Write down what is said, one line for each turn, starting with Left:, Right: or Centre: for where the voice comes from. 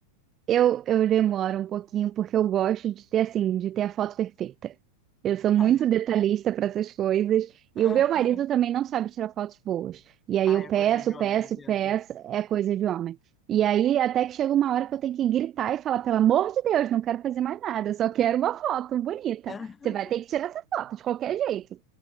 Right: Eu, eu demoro um pouquinho porque eu gosto de ter assim, de ter a foto perfeita. Eu sou muito
Left: Ah,
Right: detalhista para essas coisas
Left: ah,
Right: e o meu marido
Left: <laughs>
Right: também não sabe tirar fotos boas. E aí
Left: ah,
Right: eu
Left: é
Right: peço,
Left: coisa de homem,
Right: peço,
Left: não adianta.
Right: peço, é coisa de homem. E aí até que chega uma hora que eu tenho que gritar e falar, pelo amor de Deus, não quero fazer mais nada, eu só quero uma foto bonita.
Left: Ah,
Right: Você vai ter que tirar essa foto de qualquer jeito.